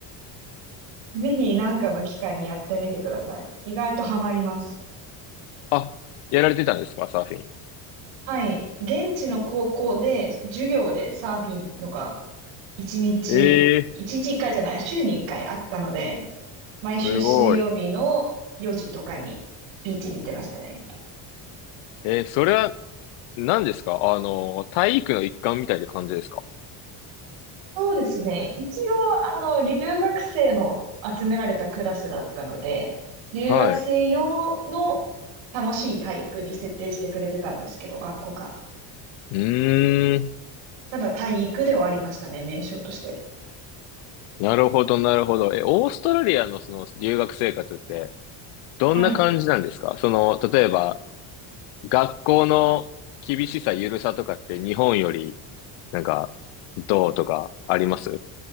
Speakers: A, on the right; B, on the left.
A: ぜひ何かの機会にやってみてください。意外とハマります。
B: あ、やられてたんですか、サーフィン。
A: はい。現地の高校で授業でサーフィンのが一日、
B: ええー
A: 一日一回じゃない、週に一回あったので、毎週水曜日の4時とかにビーチに行ってましたね。
B: すごい。えー、それは何ですかあの、体育の一環みたいな感じですか
A: そうですね。一応、あの、留学生の集められたクラスだったので、留学生用の楽しい体育に設定してくれてたんですけど、
B: はい。う
A: 学校が。
B: ーん。
A: ただ体育ではありましたね、名称として。
B: なるほど、なるほど。え、オーストラリアのその留学生活ってどんな感じなんですかその、
A: はい。
B: 例えば、学校の厳しさ、緩さとかって日本より、なんか、どうとかあります